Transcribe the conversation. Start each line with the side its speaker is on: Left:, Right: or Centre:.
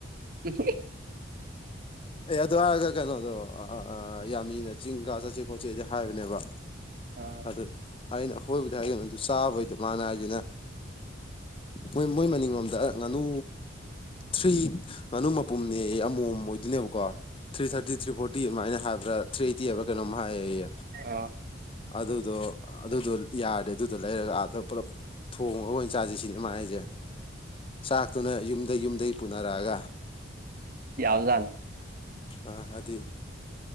Right: ꯎꯝ
Left: ꯑꯦ ꯑꯗꯨ ꯍꯥꯏꯔꯒ ꯀꯩꯅꯣꯗꯣ ꯌꯥꯝꯃꯤꯅ ꯆꯤꯡ ꯀ ꯆꯠꯁꯦ ꯈꯣꯠꯆꯦꯗꯤ ꯍꯥꯏꯕꯅꯦꯕ
Right: ꯑꯥ
Left: ꯑꯗꯨ ꯑꯩꯅ ꯑꯈꯣꯏꯕꯗ ꯍꯥꯏꯒꯅꯤ ꯑꯗꯨ ꯆꯥꯕꯩꯗ ꯃꯥꯅ ꯍꯥꯏꯁꯤꯅ ꯃꯣꯏ ꯃꯣꯏ ꯃꯅꯤꯡꯂꯣꯝꯗ ꯉꯥꯅꯨ ꯊ꯭ꯔꯤ ꯉꯥꯅꯨ ꯃꯄꯨꯝꯅꯦ ꯑꯃꯣꯝ ꯑꯣꯏꯗꯨꯣꯏꯅꯦꯕꯀꯣ ꯊ꯭ꯔꯤ
Right: ꯑꯥ
Left: ꯊꯥꯔꯇꯤ ꯊ꯭ꯔꯤ ꯐꯣꯔꯇꯤ ꯑꯗꯨꯃꯥꯏꯅ ꯍꯥꯏꯕ꯭ꯔꯥ ꯊ꯭ꯔꯤ ꯑꯩꯇꯤ ꯍꯥꯏꯕ ꯀꯩꯅꯣꯝ ꯍꯥꯏꯌꯦ ꯑꯩꯦ
Right: ꯑꯥ
Left: ꯑꯗꯨꯗꯣ ꯑꯗꯨꯗꯣ ꯌꯥꯔꯦ ꯑꯗꯨꯗꯣ ꯂꯩꯔꯒ ꯑꯥꯗ ꯄꯨꯂꯞ ꯊꯣꯡꯉꯒ ꯑꯣꯏꯅ ꯆꯥꯥꯁ ꯁꯤꯅꯤ ꯃꯥ ꯑꯩꯁꯦ ꯆꯥꯛꯇꯨꯅ ꯌꯨꯝꯗ ꯌꯨꯝꯗꯒꯤ ꯄꯨꯅꯔꯛꯑꯒ
Right: ꯌꯥꯕꯖꯥꯅꯤ
Left: ꯍꯥꯏꯗꯤ